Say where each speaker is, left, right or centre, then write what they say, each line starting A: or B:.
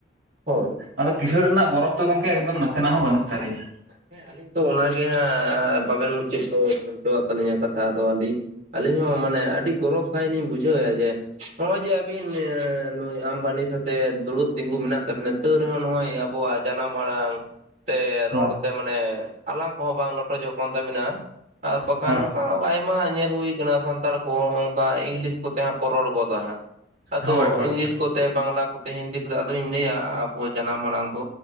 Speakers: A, on the right; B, on the right.
A: ᱦᱳᱭ
B: ᱟᱫᱚ ᱠᱤᱥᱟᱹᱬ ᱨᱮᱱᱟᱜ ᱜᱚᱨᱚᱵ ᱫᱚ ᱜᱚᱝᱠᱮ ᱮᱠᱫᱚᱢ ᱱᱟᱥᱮ ᱱᱟᱜ ᱦᱚᱸ ᱵᱟᱹᱱᱩᱜ ᱛᱟᱹᱞᱤᱧ ᱧᱟ᱾
A: ᱦᱮᱸ ᱟᱹᱞᱤᱧ ᱛᱚ ᱚᱱᱟᱜᱮ ᱦᱟᱜ ᱵᱟᱵᱮᱱ ᱢᱩᱪᱟᱹᱫ ᱦᱚᱪᱚᱣᱟᱜ ᱛᱟᱹᱞᱤᱧᱟ ᱠᱟᱛᱷᱟ ᱟᱫᱚ ᱟᱹᱞᱤᱧ, ᱟᱹᱞᱤᱧ ᱦᱚᱸ ᱢᱟᱱᱮ ᱟᱹᱰᱤ ᱜᱚᱨᱚᱵ ᱥᱟᱺᱦᱤᱡ ᱞᱤᱧ ᱵᱩᱡᱷᱟᱹᱣᱮᱭᱼᱟ ᱡᱮ, ᱱᱚᱜ ᱚᱭ ᱡᱮ ᱟᱹᱵᱤᱱ ᱱᱩᱭ ᱟᱢᱵᱟᱱᱤ ᱥᱟᱛᱮ ᱫᱩᱲᱩᱵ ᱛᱤᱸᱜᱩ ᱢᱮᱱᱟᱜ ᱛᱟᱵᱤᱱᱟ᱾ ᱛᱟᱹᱣ ᱨᱮᱦᱚᱸ ᱱᱚᱜᱼᱚᱭ ᱟᱵᱚᱣᱟᱜ ᱡᱟᱱᱟᱢ ᱟᱲᱟᱝ᱾ ᱛᱮ ᱨᱚᱲ
B: ᱦᱳᱭ
A: ᱛᱮ ᱢᱟᱱᱮ ᱟᱞᱟᱝ ᱠᱚᱦᱚᱸ ᱵᱟᱝ ᱞᱚᱴᱚᱡᱚᱜ ᱠᱟᱱ ᱛᱟᱹᱵᱤᱱᱟ᱾ ᱟᱨ ᱵᱟᱠᱷᱟᱱ
B: ᱦᱳᱭ
A: ᱱᱚᱠᱟ, ᱟᱭᱢᱟ ᱧᱮᱞ ᱦᱩᱭ ᱠᱟᱱᱟ ᱥᱟᱱᱛᱟᱲ ᱠᱚ ᱚᱝᱠᱟ ᱤᱝᱞᱤᱥ ᱠᱚᱛᱮ ᱦᱟᱸᱜ ᱠᱚ ᱨᱚᱲ ᱜᱚᱫᱟ ᱦᱟᱸᱜ᱾ ᱟᱫᱚ
B: ᱦᱳᱭ ᱦᱳᱭ
A: ᱤᱝᱞᱤᱥ ᱠᱚ, ᱛᱮ ᱵᱟᱝᱞᱟ ᱠᱚᱛᱮ ᱦᱤᱱᱫᱤ ᱠᱚᱛᱮ ᱟᱫᱩᱧ ᱞᱟᱹᱭ ᱟ ᱟᱵᱚ ᱡᱟᱱᱟᱢ ᱟᱲᱟᱝ ᱫᱚ